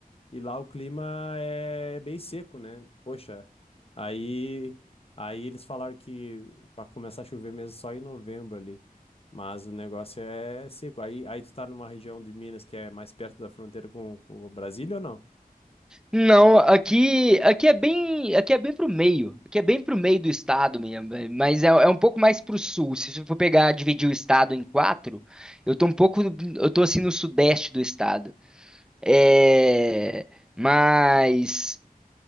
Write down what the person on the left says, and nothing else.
E lá o clima é bem seco, né? Poxa, aí, aí eles falaram que para começar a chover mesmo só em novembro ali. Mas o negócio é seco. Aí, aí tu tá numa região de Minas que é mais perto da fronteira com, com o Brasília ou não?